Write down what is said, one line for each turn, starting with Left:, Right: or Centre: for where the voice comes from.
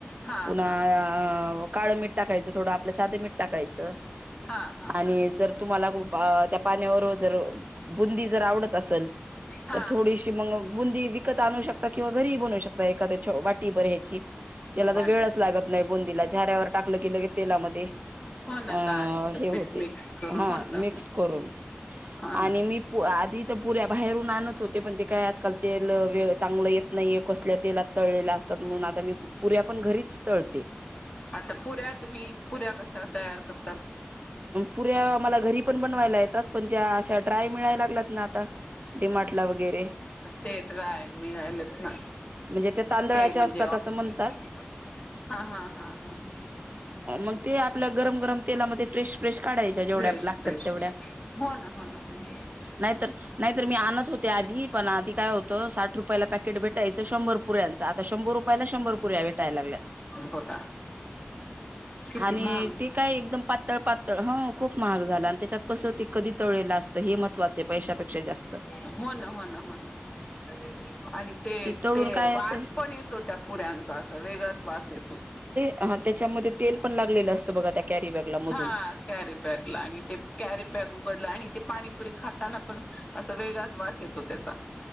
Left: हा
Right: पुन्हा
Left: हा
Right: अ काळं मिठ टाकायचं थोडं आपल्या साध मिठ टाकायचं
Left: हा हा
Right: आणि जर तुम्हाला त्या पाण्यावर जर बुंदी जर आवडत असल
Left: हा
Right: तर थोडीशी
Left: हा
Right: मग बुंदी विकत आणू शकतात. किंवा घरी बनू शकता एखाद्या वाटी भर्याची त्याला
Left: वाटेल
Right: तर वेळच लागत नाही बुंदीला झाऱ्यावर टाकलं की लगेच तेलामध्ये
Left: हो ना
Right: अ
Left: डाळीचं
Right: हे होते
Left: पीठ मिक्स करून
Right: हा
Left: हो, ना
Right: मिक्स करून
Left: हो ना
Right: आणि मी पु आधी तर पुऱ्या बाहेरून आणत होते पण ते काय आजकाल तेल व चांगलं येत नाहीे कसल्या तेलात तळलेल्या असतात म्हणून आता मी पुऱ्या पण घरीच तळते
Left: आता पुऱ्या तुम्ही पुऱ्या कशा तयार करतात
Right: पुऱ्या मला घरी पण बनवायला येतात पण ज्या अशा ड्राय मिळायला लागलात ना आता डीमार्ट ला वगैरे
Left: ते ड्राय मिळालेत ना
Right: म्हणजे तांदळाचे
Left: ते म्हणजे,
Right: असतात
Left: हा
Right: असं म्हणतात
Left: हा हा हा
Right: मग ते आपल्या गरम गरम तेलामध्ये फ्रेश फ्रेश काढायच्या जेवढ्या
Left: फ्रेश
Right: लागतात
Left: फ्रेश
Right: तेवढ्या,
Left: हो ना हो ना हो.
Right: नाहीतर नाहीतर मी आणत होते आधी पण आधी काय होतं साठ रुपयाला पॅकेट भेटायचं शंभर पुऱ्यांचा आता शंभर रुपयाला शंभर पुऱ्या भेटायला लागल्यात
Left: बघा किती
Right: आणि
Left: महाग
Right: ते काय एकदम पातळ पात हो खूप महाग झाल आणि त्याच्यात कसं ते कधी तळलेलं असतं हे महत्वाचं आहे पैशापेक्षा जास्त
Left: हो ना, हो ना, हो ना आणि ते
Right: तळून
Left: ते
Right: काय होतंय
Left: वास पण येत होत्या पुऱ्यांचा असं वेगळाच वास येतो
Right: हा त्याच्यामध्ये तेल पण लागलेलं असतं बघा त्या कॅरी बॅगला मधून
Left: हा कॅरी बॅग ला आणि ते कॅरी बॅग उघडलं आणि ते पाणीपुरी खाताना पण असा वेगळाच वास येतो त्याचा.